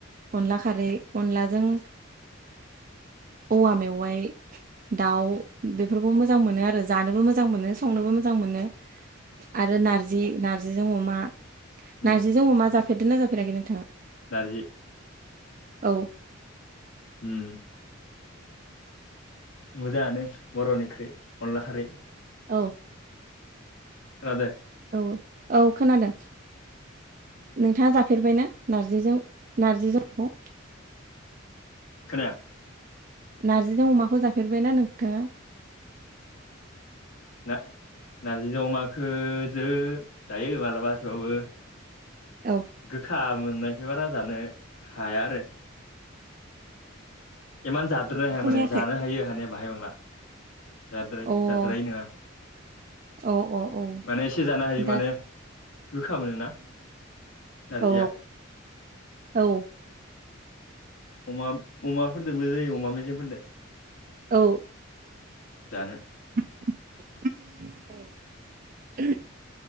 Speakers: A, on the right (about 40°); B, on the left (about 80°).
A: अनला खारै अनलाजों औवा मेवाइ। दाउ बेफोरखौ मोजां मोनो आरो जानोबो मोजां। मोजां मोनो संनोबो मोजां मोनो आरो नारजि नार्जिजों अमा।
B: उम
A: नारजिजों अमा जाफेरदों ना जाफेराखै नोंथाङा।
B: नारजि।
A: औ।
B: हम। मोजाङानो बर'निओंख्रि अनला खारै ।
A: औ।
B: <inaudible>
A: औ औ खोनादों नोंथाङा जाफेरबायना नारजिजों। नारजि जों अ
B: खोनाया।
A: नारजिजों अमाखौ जाफेरबायना नोंथाङा।
B: ना नारजि अमाखो जो जायो माब्लाबा थेवबाबो।
A: औ
B: गोखा मोननायखाय बारा जानो हाया आरो। इमान जाद्राया हाया
A: खोनायाखै
B: माने जानो हायो हाने बाहाय बांला। जाद्राय
A: अ
B: जाद्राय नङा
A: औ औ औ
B: माने एसे जानो हायो
A: दा
B: माने। गोखा मोनोना नारजिया।
A: अ औ।
B: अमा अमाफोरजों मोजां जायो अमा मेजेमफोरदो।
A: <inaudible>
B: जानो।
A: <inaudible>